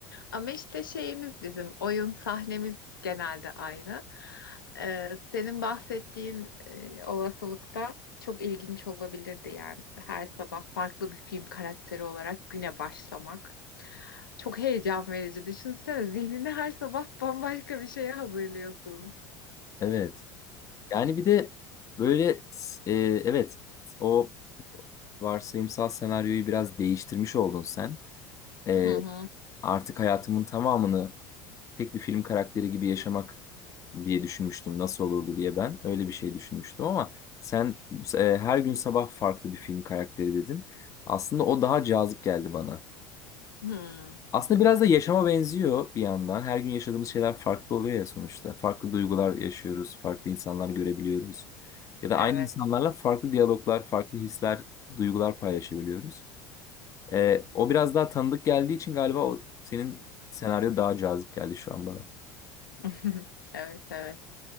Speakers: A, on the left; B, on the left.
A: Ama işte şeyimiz bizim, oyun sahnemiz genelde aynı. Ee, senin bahsettiğin e, olasılıkta çok ilginç olabilirdi yani. Her sabah farklı bir film karakteri olarak güne başlamak. Çok heyecan verici. Düşünsene zihnini her sabah bambaşka bir şeye hazırlıyorsun.
B: Evet. Yani bir de böyle e, evet o varsayımsal senaryoyu biraz değiştirmiş oldun sen. Ee,
A: Hı hı.
B: artık hayatımın tamamını tek bir film karakteri gibi yaşamak diye düşünmüştüm. Nasıl olurdu diye ben öyle bir şey düşünmüştüm ama sen e, her gün sabah farklı bir film karakteri dedin. Aslında o daha cazip geldi bana.
A: Hı,
B: Aslında biraz da yaşama benziyor bir yandan. Her gün yaşadığımız şeyler farklı oluyor ya sonuçta. Farklı duygular yaşıyoruz, farklı insanlar görebiliyoruz. Ya da
A: evet.
B: aynı insanlarla farklı diyaloglar, farklı hisler, duygular paylaşabiliyoruz. Ee, o biraz daha tanıdık geldiği için galiba o, senin senaryo daha cazip geldi şu an bana.
A: <laughs> Evet evet